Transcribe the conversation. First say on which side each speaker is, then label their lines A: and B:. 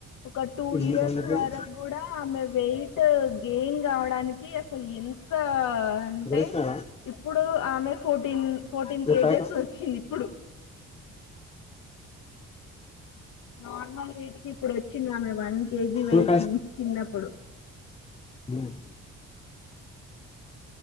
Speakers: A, on the left; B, on the left.
A: ఒక టూ
B: ఇక్కడ
A: ఇయర్స్ వరకు తిన్న కూడా ఆమె వెయిట్ గెయిన్ కావడానికి అసలు ఎంత అంటే
B: ఇస్తున్నారా
A: ఇప్పుడు ఆమె ఫోర్టీన్ ఫోర్టీన్
B: చెప్పాక
A: కేజెస్ వచ్చింది ఇప్పుడు నార్మల్ వెయిట్ కి ఇప్పుడు వచ్చిందామె వన్ కేజీ
B: నువ్వు
A: వెయిట్ నుంచి చిన్నప్పుడు
B: హ్మ్